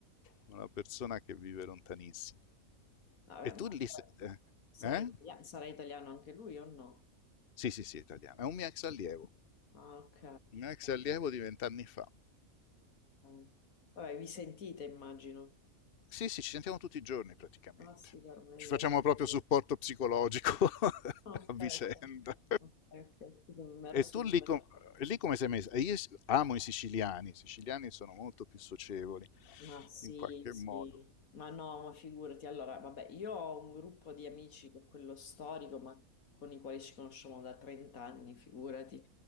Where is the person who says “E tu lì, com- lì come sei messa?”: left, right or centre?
Left